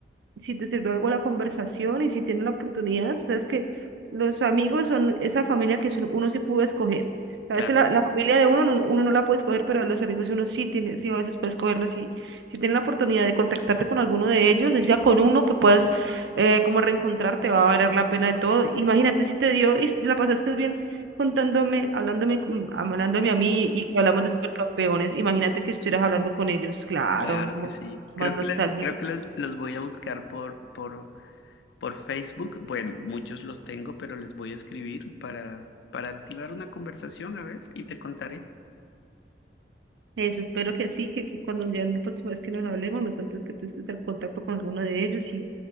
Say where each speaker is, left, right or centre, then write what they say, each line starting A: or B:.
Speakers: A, on the right (about 80°); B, on the left (about 75°).
A: si te sirvió algo la conversación y si tienes la oportunidad, tú sabes que los amigos son esa familia que son- uno sí pudo escoger. A
B: Claro
A: veces la,
B: que
A: la familia
B: sí,
A: de uno, no- uno no la puede escoger, pero los amigos uno sí tiene, sí a veces puede escogerlos. si si tienes la oportunidad de contactarte con alguno de ellos, decía con uno que puedas eh, como reencontrarte, va a valer la pena de todo. Imagínate si te dio y la pasaste bien contándome, hablándome, con- hablándome a mí y que hablamos de supercampeones. Imagínate que estuvieras hablando con ellos, claro,
B: claro
A: es mu-
B: que sí.
A: más
B: Creo
A: nostálgico.
B: que, la- creo que los, los voy a buscar por, por, por Facebook. Bueno, muchos los tengo, pero les voy a escribir para, para activar una conversación, a ver, y te contaré.
A: Eso, espero que sí, que, que cuando ya la próxima vez que nos hablemos me cuentes que tú estés en contacto con alguno de ellos y,